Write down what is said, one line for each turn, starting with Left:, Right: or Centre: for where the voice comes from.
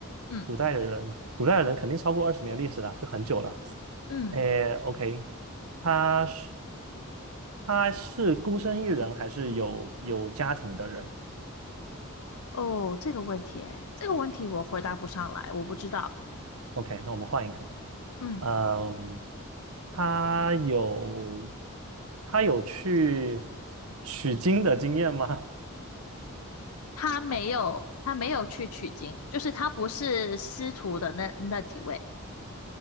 Left: 嗯
Right: 古代的人，古代的人肯定超过二十年历史了，就很久了。
Left: 嗯，
Right: 诶，OK，他是他是孤身一人还是有有家庭的人
Left: 哦，这个问题，哎，这个问题我回答不上来，我不知道。
Right: ？OK，那我们换一个。
Left: 嗯，
Right: 嗯，他有他有去取经的经验吗
Left: 他没有，他没有去取经，就是他不是师徒的那那几位。